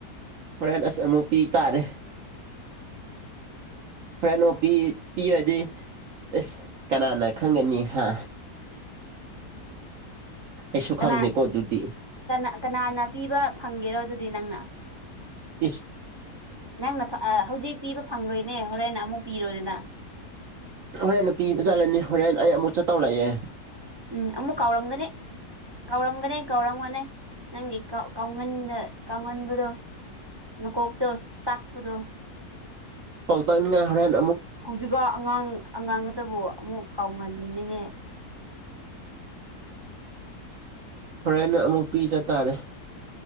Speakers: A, on the right; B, on the right.
A: ꯍꯣꯔꯦꯟ ꯑꯁ ꯑꯃꯨꯛ ꯄꯤ ꯇꯥꯔꯦ ꯍꯣꯔꯦꯟ ꯑꯃꯨꯛ ꯄꯤ ꯄꯤꯔꯗꯤ ꯏꯁꯁ ꯀꯅꯥꯅ ꯈꯪꯒꯅꯤ ꯍꯥ
B: <inaudible>
A: ꯑꯩꯁꯨ
B: ꯀ
A: ꯈꯪꯗꯦꯀꯣ ꯑꯗꯨꯗꯤ
B: ꯀ ꯀꯅꯥꯅ ꯄꯤꯕ ꯐꯪꯒꯦꯔꯣ ꯑꯗꯨꯗꯤ ꯅꯪꯅ
A: ꯀꯤꯁ
B: ꯅꯪꯅ ꯍꯧꯖꯤꯛ ꯄꯤꯕ ꯐꯪꯂꯣꯏꯅꯦ ꯍꯣꯔꯦꯟꯅ ꯑꯃꯨꯛ ꯄꯤꯔꯣꯗꯅ
A: ꯍꯣꯔꯦꯟ ꯅꯨꯄꯤꯕꯨ ꯆꯠꯂꯅꯤ ꯍꯣꯔꯦꯟ ꯑꯩ ꯑꯃꯨꯛ ꯆꯠꯇꯧꯔꯛꯑꯦ
B: ꯎꯝ ꯑꯃꯨꯛ ꯀꯥꯎꯔꯝꯒꯅꯤ ꯀꯥꯎꯔꯝꯒꯅꯦ ꯀꯧꯔꯝꯒꯣꯅꯦ ꯅꯪꯒꯤ ꯀꯥꯎꯒꯟꯗ ꯀꯥꯎꯒꯟꯕꯗꯣ ꯃꯀꯣꯛꯇꯣ ꯆꯥꯛꯄꯨꯗꯣ
A: ꯄꯥꯎꯅ ꯍꯔ
B: ꯍꯧꯖꯤꯐ ꯑꯉꯥꯡ ꯑꯉꯥꯡ ꯑꯇꯕꯨ ꯑꯃꯨꯛ ꯀꯥꯎꯍꯜꯂꯤꯅꯤꯅꯦ
A: ꯍꯣꯔꯦꯟꯦꯟ ꯑꯃꯨꯛ ꯄꯤꯖ ꯇꯥꯔꯦ